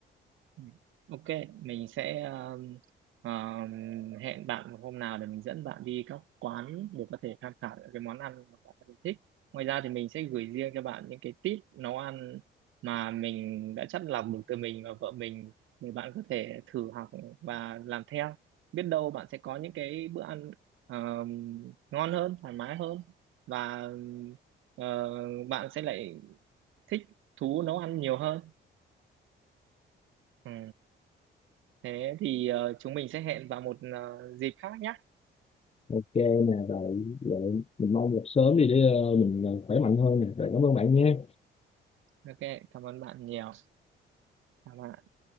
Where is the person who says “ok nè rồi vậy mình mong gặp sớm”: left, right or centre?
Left